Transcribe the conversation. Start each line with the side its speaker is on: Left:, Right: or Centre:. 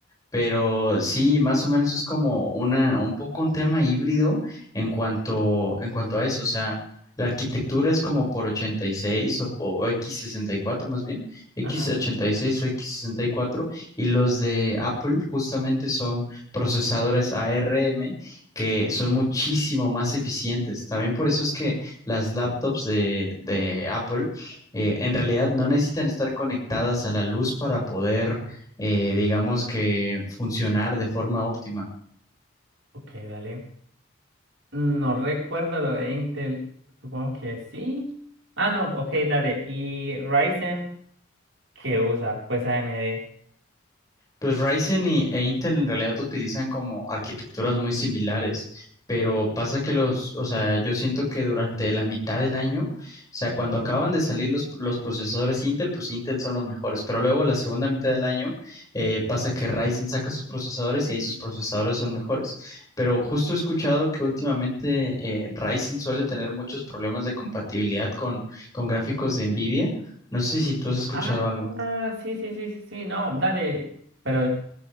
Left: Pero sí, más o menos es como una, un poco un tema híbrido en cuanto, en cuanto a eso. O sea, la arquitectura es como por 86 o, o X64 más bien, X86
Right: Ajá.
Left: o X64, y cuatro. Y los de Apple justamente son procesadores ARM que son muchísimo más eficientes. También por eso es que las laptops de, de Apple eh, en realidad no necesitan estar conectadas a la luz para poder eh, digamos que funcionar de forma óptima.
Right: Ok, dale. No recuerdo lo de Intel. Supongo que sí. Ah, no, ok, dale. ¿Y Ryzen qué usa? Pues AMD.
Left: Pues Ryzen y, e Intel en realidad utilizan como arquitecturas muy similares, pero pasa que los, o sea, yo siento que durante la mitad del año, o sea, cuando acaban de salir los, los procesadores Intel, pues Intel son los mejores, pero luego la segunda mitad del año eh, pasa que Ryzen saca sus procesadores y ahí sus procesadores son mejores. Pero justo he escuchado que últimamente eh, Ryzen suele tener muchos problemas de compatibilidad con, con gráficos de Nvidia. No sé si tú has escuchado
Right: Ah,
Left: algo.
Right: sí, sí, sí, sí, sí, no, dale. Pero